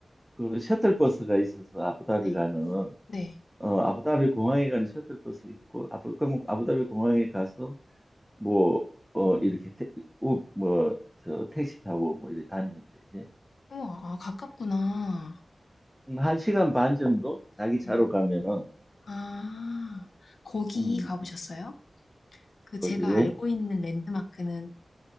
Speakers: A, in the centre; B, on the left (about 75°).
A: 그 셔틀버스가 있어서 아부다비
B: 네,
A: 가는
B: 네.
A: 어, 아부다비 공항에 가는 셔틀버스 있고 아부 그럼 아부다비 공항에 가서 뭐 어 이렇게 태, 우, 뭐저 택시 타고 뭐 이렇게 다니면 되지.
B: 우와, 아, 가깝구나.
A: 음, 한 시간 반 정도 자기 차로
B: 네.
A: 가면은
B: 아, 거기
A: 음
B: 가보셨어요? 그 제가
A: 어디에?
B: 알고 있는 랜드마크는